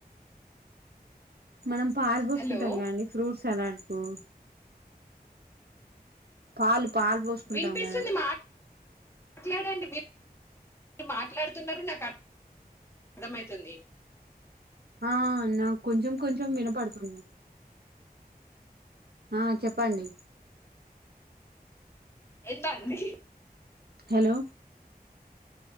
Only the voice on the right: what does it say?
మనం పాలు పోసుకుంటాం
కదండీ ఫ్రూట్స్ సలాడ్ కు పాలు పాలు పోసుకుంటాం
కదా
ఆ నా కొంచెం కొంచెం వినపడుతుంది ఆ చెప్పండి
హలో